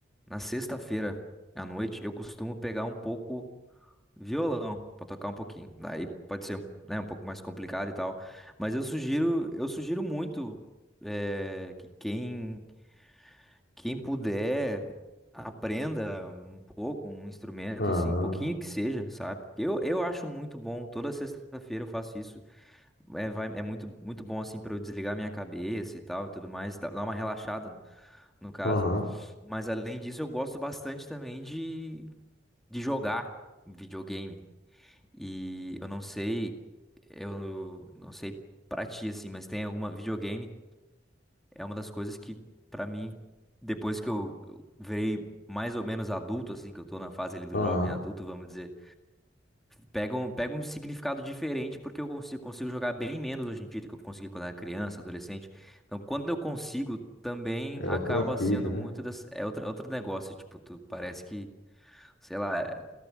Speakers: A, in the centre; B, on the left (about 70°).
A: na sexta-feira à noite eu costumo pegar um pouco violão pra tocar um pouquinho. Daí pode ser, né, um pouco mais complicado e tal. Mas eu sugiro, eu sugiro muito é, que quem, quem puder aprenda um pouco um instrumento,
B: Aham,
A: assim, pouquinho que seja, sabe? Eu, eu acho muito bom. Toda sexta-feira eu faço isso. É, vai- é muito, muito bom, assim, pra eu desligar minha cabeça e tal, e tudo mais, dá dar uma relaxada, no no caso.
B: aham,
A: Mas, além disso, eu gosto bastante também de, de jogar videogame. E eu não sei, eu não sei pra ti, assim, mas tem alguma... Videogame é uma das coisas que, pra mim, depois que eu, eu virei mais ou menos adulto, assim, que eu tô na fase ali do
B: aham.
A: jovem adulto, vamos dizer, Pega um, pega um significado diferente, porque eu consigo, consigo jogar bem menos hoje em dia do que eu consegui quando era criança, adolescente. Então, quando eu consigo, também
B: É
A: acaba
B: outra pira,
A: sendo
B: né?
A: muito das, é outra, outro negócio. Tipo, tu parece que, sei lá, é